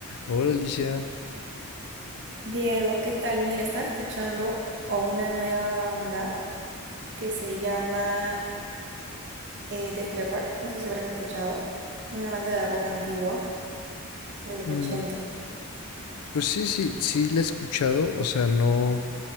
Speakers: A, on the left; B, on the right.
A: Hola Alicia,
B: Diego, ¿qué tal? Mira, estaba escuchando a una nueva banda que se llama eh, Def Leppard. No sé si habrás escuchado. Una banda de rock antigua de los
A: Mm,
B: 80.
A: pues sí, sí, sí la he escuchado, o sea, no